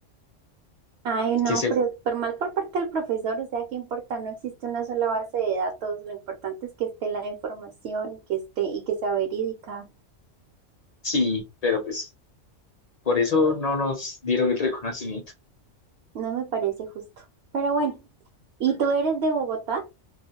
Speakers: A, on the right; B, on the left.
A: Ay, no,
B: Que se,
A: pero súper mal por parte del profesor, o sea, qué importa, no existe una sola base de datos, lo importante es que esté la información y que esté y que sea verídica.
B: sí, pero pues por eso no nos dieron el reconocimiento.
A: No me parece justo. Pero bueno, ¿y tú eres de Bogotá?